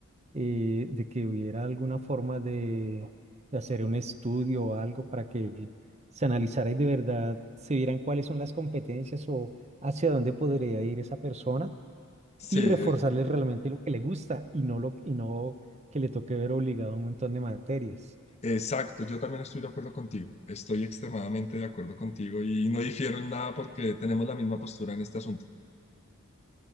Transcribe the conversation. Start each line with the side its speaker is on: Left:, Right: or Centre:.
Right: eh, de que hubiera alguna forma de, de hacer un estudio o algo para que se analizara y de verdad se vieran cuáles son las competencias o hacia dónde podría ir esa persona
Left: Sí,
Right: y reforzarle realmente lo que le gusta y no, lo, y no que le toque ver obligado un montón de materias.
Left: exacto, yo también estoy de acuerdo contigo, estoy extremadamente de acuerdo contigo y no difiero en nada porque tenemos la misma postura en este asunto.